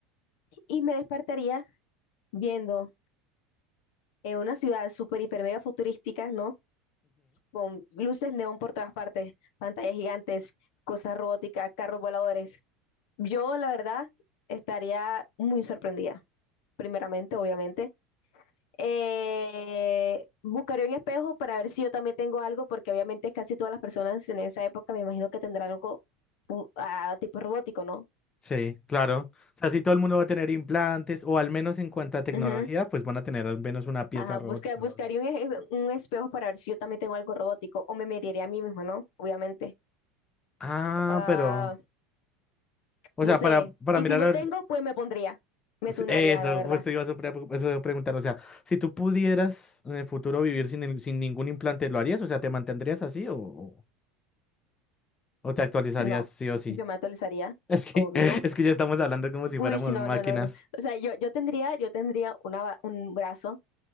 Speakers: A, on the left (about 70°); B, on the left (about 25°).
A: y me despertaría viendo en una ciudad súper, hiper, mega futurística, ¿no? Con luces neón por todas partes, pantallas gigantes, cosas robóticas, carros voladores. Yo, la verdad, estaría muy sorprendida primeramente, obviamente, Eh, buscaré un espejo para ver si yo también tengo algo, porque obviamente casi todas las personas en esa época me imagino que tendrán algo u- ah, tipo robótico, ¿no?
B: Sí, claro. O sea, si todo el mundo va a tener implantes, o al menos en cuanto a tecnología,
A: Ujú.
B: pues van a tener al menos una pieza
A: Ajá,
B: robótica
A: busca- buscaría
B: o algo.
A: un, e- un espejo para ver si yo también tengo algo robótico o me miraría a mí mismo, ¿no? Obviamente.
B: Ah,
A: Ah,
B: pero, o
A: no
B: sea,
A: sé.
B: para, para
A: Y
B: mirar
A: si no
B: a...
A: tengo,
B: ver-
A: pues me pondría. Me tunearía,
B: Eso,
A: la verdad.
B: pues te iba a pre- eso iba a preguntar, o sea, si tú pudieras en el futuro vivir sin, el- sin ningún implante, ¿lo harías? O sea, ¿te mantendrías así o, o o te actualizarías
A: No,
B: sí o sí?
A: yo me actualizaría,
B: <laughs> Es que,
A: obvio.
B: es que ya estamos hablando como si
A: Uy,
B: fuéramos
A: sí, no,
B: máquinas.
A: no, no, no. O sea, yo, yo tendría, yo tendría una, ba- un brazo.